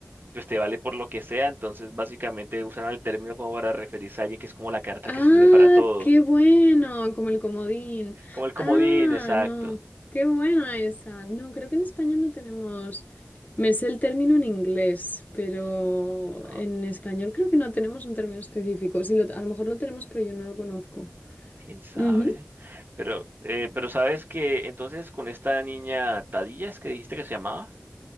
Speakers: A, on the right (about 55°); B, on the left (about 40°).
A: pues te vale por lo que sea, entonces básicamente usaron el término como para referirse a alguien que es como la carta
B: Ah,
A: que sirve para todo,
B: qué bueno, como el comodín.
A: como el comodín,
B: Ah,
A: exacto.
B: no, qué buena esa. No, creo que en España no tenemos, me sé el término en inglés, pero
A: Ah,
B: en español creo que no tenemos un término específico. Sí, lo-
A: ujú,
B: a lo mejor lo tenemos, pero yo no lo conozco.
A: quién sabe.
B: Ujú.
A: Pero, eh, pero sabes que entonces con esta niña Tadilla, ¿es que dijiste que se llamaba?